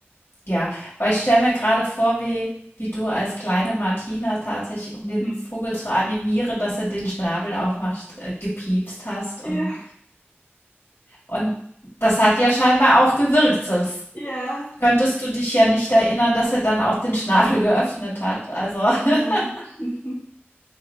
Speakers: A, on the left (about 75°); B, on the left (about 55°).
A: ja. Aber ich stelle mir gerade vor, wie wie du als kleine Martina tatsächlich, um den
B: Hm.
A: Vogel zu animieren, dass er den Schnabel aufmacht, äh, gepiepst hast
B: Ja,
A: und und das hat ja scheinbar auch gewirkt, sonst
B: ja,
A: könntest du dich ja nicht erinnern, dass er dann auch den Schnabel <laughs> geöffnet hat. Also, <laughs>
B: genau. <laughs>